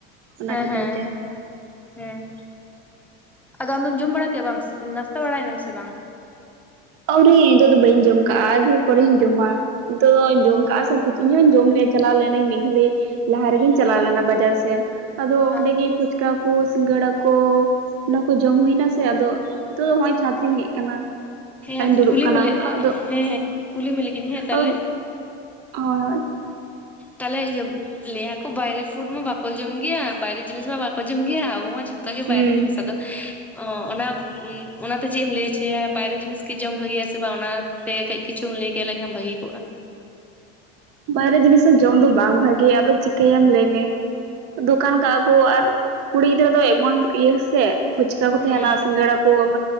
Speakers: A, on the right (about 50°); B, in the centre.
A: ᱚᱱᱟ
B: ᱦᱮᱸ
A: ᱠᱷᱟᱹᱛᱤᱨ
B: ᱦᱮᱸ
A: ᱛᱮ᱾
B: ᱦᱮᱸ ᱟᱫᱚ ᱟᱢᱫᱚᱢ ᱡᱚᱢ ᱵᱟᱲᱟ ᱠᱮᱜᱼᱟ ᱵᱟᱝ ᱱᱟᱥᱛᱟ ᱵᱟᱲᱟᱭ ᱱᱟᱢ ᱥᱮ ᱵᱟᱝ?
A: ᱟᱹᱣᱨᱤ ᱱᱤᱛᱚᱜ ᱫᱚ ᱵᱟᱹᱧ ᱡᱚᱢ ᱠᱟᱜᱼᱟ ᱟᱨ ᱜᱷᱟᱹᱲᱤᱡᱽ ᱯᱚᱨᱮᱧ ᱡᱚᱢᱟ ᱱᱤᱛᱚᱜ ᱫᱚ ᱡᱚᱢ
B: ᱚ
A: ᱠᱟᱜᱼᱟ ᱥᱮ ᱯᱷᱩ ᱤᱧ ᱦᱚᱧ ᱡᱚᱢ ᱞᱮᱭᱟ ᱪᱟᱞᱟᱣ ᱞᱮᱱᱟᱹᱧ ᱢᱤᱫ ᱜᱷᱲᱤ ᱞᱟᱦᱟ ᱨᱮᱜᱮᱧ ᱪᱟᱞᱟᱣ ᱞᱮᱱᱟ ᱵᱟᱡᱟᱨ ᱥᱮᱱ᱾ ᱟᱫᱚ ᱚᱸᱰᱮᱜᱮ
B: ᱟᱨ
A: ᱯᱷᱩᱪᱠᱟ ᱠᱚ ᱥᱤᱸᱜᱟᱹᱲᱟ ᱠᱚ ᱚᱱᱟᱠᱚ ᱡᱚᱢ ᱦᱩᱭᱱᱟ ᱥᱮ ᱟᱫᱚ ᱱᱤᱛᱚᱜ ᱫᱚ ᱦᱚᱸᱜᱼᱚᱭ ᱪᱷᱟᱸᱫᱽ ᱨᱮᱧ ᱦᱮᱡ ᱟᱠᱟᱱᱟ᱾
B: ᱦᱮᱸ
A: ᱟᱨᱤᱧ
B: ᱟᱹᱫᱩᱧ
A: ᱫᱩᱲᱩᱵ
B: ᱠᱩᱞᱤ
A: ᱠᱟᱱᱟ
B: ᱢᱮ ᱞᱮᱜ
A: ᱟᱫᱚ
B: ᱦᱮᱸ ᱦᱮᱸ ᱠᱩᱞᱤ ᱢᱮ ᱞᱮᱜᱤᱧ ᱦᱮᱸ ᱛᱟᱦᱚᱞᱮᱼᱼ
A: ᱟᱫᱚ ᱦᱳᱭ ᱦᱳᱭ
B: ᱛᱟᱦᱞᱮ ᱤᱭᱟᱹ ᱞᱟᱹᱭᱟ ᱠᱚ ᱵᱟᱭᱨᱮ ᱯᱷᱩᱰ ᱢᱟ ᱵᱟᱠᱚ ᱡᱚᱢ ᱜᱮᱭᱟ, ᱵᱟᱭᱨᱮ ᱡᱤᱱᱤᱥ ᱢᱟ ᱵᱟᱠᱚ ᱡᱚᱢ ᱜᱮᱭᱟ ᱾ ᱟᱵᱚ ᱢᱟ ᱡᱷᱚ ᱛᱚ ᱜᱮ
A: ᱦᱩᱸ
B: ᱵᱟᱭᱨᱮ ᱡᱤᱱᱤᱥ ᱟᱫᱚ ᱚ ᱚᱱᱟ ᱚᱱᱟ ᱛᱮ ᱪᱮᱫ ᱮᱢ ᱞᱟᱹᱭ ᱚᱪᱚᱭᱟ ᱵᱟᱭᱨᱮ ᱡᱤᱱᱤᱥ ᱜᱮ ᱡᱚᱢ ᱵᱷᱟᱜᱮᱭᱟ ᱥᱮ ᱵᱟᱝ? ᱚᱱᱟ ᱛᱮ ᱠᱟᱹᱡ ᱠᱤᱪᱷᱩᱢ ᱞᱟᱹᱭ ᱠᱮ ᱞᱮᱠᱷᱟᱱ ᱵᱷᱟᱹᱜᱤ ᱠᱚᱜᱼᱟ᱾
A: ᱵᱟᱭᱨᱮ ᱡᱤᱱᱤᱥ ᱦᱚᱸ ᱡᱚᱢ ᱫᱚ ᱵᱟᱝ ᱵᱷᱟᱜᱮᱭᱟ ᱟᱫᱚ ᱪᱤᱠᱟᱹᱭᱟᱢ ᱞᱟᱹᱭ ᱢᱮ᱾ ᱫᱳᱠᱟᱱ ᱠᱟᱜᱼᱟ ᱠᱚ ᱟᱨ ᱠᱩᱲᱤ ᱜᱤᱫᱽᱨᱟᱹ ᱫᱚ ᱮᱢᱚᱱ ᱤᱭᱟᱹ ᱥᱮ ᱯᱷᱩᱪᱠᱟ ᱠᱚ
B: ᱦᱮᱸ
A: ᱛᱟᱦᱮᱸᱱᱟ
B: ᱦᱮᱸ
A: ᱥᱤᱝᱜᱟᱲᱟ ᱠᱳ᱾ ᱟᱢ